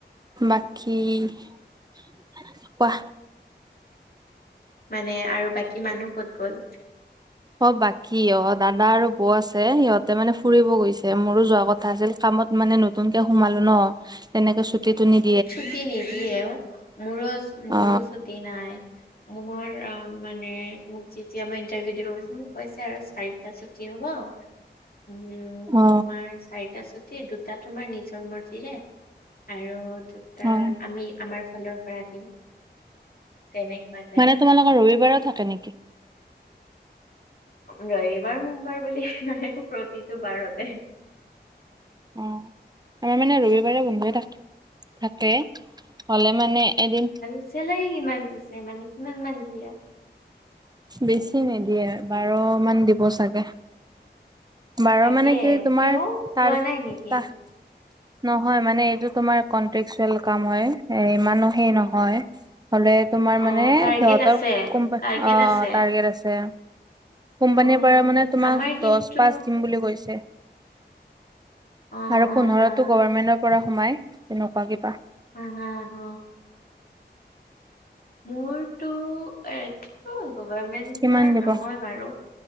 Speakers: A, on the right; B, on the left.
A: বাকী কোৱা?
B: মানে আৰু বাকী মানুহ ক'ত গ'ল?
A: অ বাকী অ দাদা আৰু বৌ আছে, সিহঁতে মানে ফুৰিব গৈছে মোৰো যোৱা কথা আছিল। কামত মানে নতুনকে সোমালো ন। তেনেকে ছুটিটো নি-
B: ছুটি নিদিয়েও মোৰছ মোৰো
A: অ
B: ছুটি নাই, মোৰ আহ- মানে মোক যেতিয়া মই ইণ্টাৰভিউ দিব গৈছোঁ মোক কৈছে আৰু চাৰিটা ছুটি হব। উম
A: অ
B: তোমাৰ চাৰিটা চুটি দুটা তোমাৰ নিজৰ মৰ্জিৰে আৰু দুটা
A: হয়
B: আমি আমাৰ ফালৰ পৰা দিম। তেনেকুৱাইত
A: মানে তোমালোকৰ ৰবিবাৰো থাকে নেকি?
B: ৰবিবাৰ সোমবাৰ বুলি নাই প্ৰতিটো বাৰতে।
A: অ আমাৰ মানে ৰবিবাৰে বন্ধ‌ই থাক- থাকে হলে মানে এদিন
B: চিলেৰি কিমান পিছে, মানে কিমান মান দিয়ে?
A: বেছি নিদিয়ে বাৰ মান দিব চাগে। বাৰ
B: থাকে
A: মানে কি তোমাৰ
B: কিয়
A: তাৰ
B: কোৱা নাই নেকি?
A: তা নহয় মানে এইটো তোমাৰ কনট্ৰেকচুৱেল কাম হয় ইমানো হে নহয়। হলে তোমাৰ
B: অ
A: মানে
B: টাৰ্গেট
A: সিহতৰ
B: আছে
A: কোম্প
B: টাৰ্গেট
A: অ
B: আছে
A: অ টাৰ্গেট আছে। কোম্পানীৰ
B: অ
A: পৰা মানে তোমাক
B: আমাৰ কিন্তু
A: দছ পাঁচ দিম বুলি কৈছে।
B: অ
A: আৰু
B: অ
A: পোন্ধৰো
B: হা
A: গভমেন্টৰ পৰা সোমাই তেনেকুৱা কিবা।
B: আ আ হ। মোৰতো গভাৰমেন্টৰ
A: কিমান দিব।
B: নহয় বাৰু।